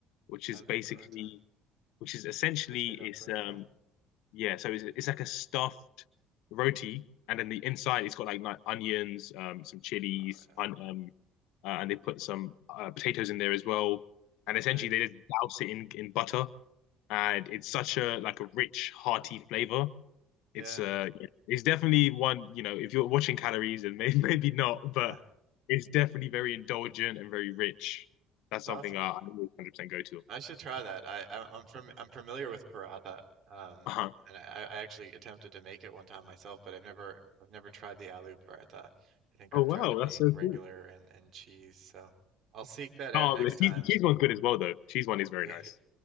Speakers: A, on the left; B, on the right.
A: which is
B: aloo
A: basically,
B: paratha.
A: which is essentially
B: That's potato
A: it's
B: paratha.
A: um yeah, so it's, it's like a stuffed roti, and then the inside it's got like, like onions, um, some chilies,
B: Oh yeah,
A: un, um, uh, and they put some uh, potatoes in there as well, and essentially
B: right.
A: they just douse it in in butter, and it's such
B: Yum.
A: a like a rich, hearty flavor.
B: Yeah,
A: It's uh, yeah, it's definitely one, you know, if you're watching calories and maybe <laughs> maybe not, but
B: yeah.
A: it's definitely very indulgent and very rich. That's
B: That's
A: something
B: awesome.
A: I, I always 100% go to.
B: I should try that. I I- I'm from I'm familiar with paratha. Um,
A: Uh-huh.
B: and I I actually attempted to make it one time myself, but I've never I've never tried the aloo paratha. I think
A: Oh
B: I've
A: wow,
B: tried to make
A: that's so
B: regular
A: cool.
B: and and cheese. So I'll seek that out
A: Oh,
B: next
A: the
B: time.
A: cheese, the cheese one's good as well though. Cheese one is very
B: Yeah.
A: nice.